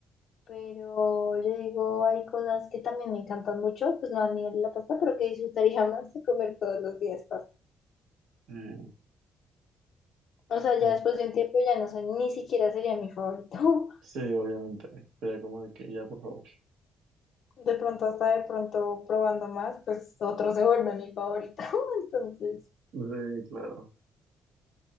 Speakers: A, on the left; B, on the right.
A: pero yo digo, hay cosas que también me encantan mucho, pues no a nivel de la pasta, pero que disfrutaría <laughs> más. de comer todos los días pasta.
B: Mm,
A: O sea,
B: mm.
A: ya después de un tiempo ya no sé, ni siquiera sería mi favorito.
B: Sí, obviamente, sería como de que ya, por favor.
A: <laughs> De pronto, hasta de pronto probando más, pues otro se vuelve mi favorito. <laughs> Entonces,
B: Sí, claro.